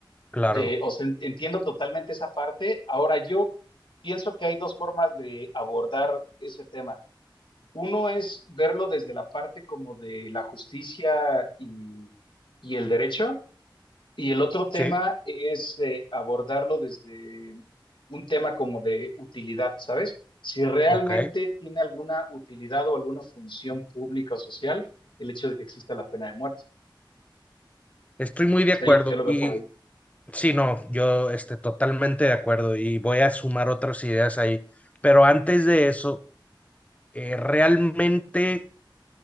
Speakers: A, on the left (about 15°); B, on the left (about 75°).
A: claro,
B: Eh, o sea, en- entiendo totalmente esa parte. Ahora, yo pienso que hay dos formas de abordar ese tema. Uno es verlo desde la parte como de la justicia y, y el derecho, y el otro tema
A: sí,
B: es eh, abordarlo desde un tema como de utilidad, ¿sabes? Si realmente
A: ok.
B: tiene alguna utilidad o alguna función pública o social el hecho de que exista la pena de muerte.
A: Estoy muy de
B: O
A: acuerdo
B: sea, yo lo veo
A: y
B: por ahí,
A: sí, no, yo este, totalmente de acuerdo y voy a sumar otras ideas ahí. Pero antes de eso, eh, realmente,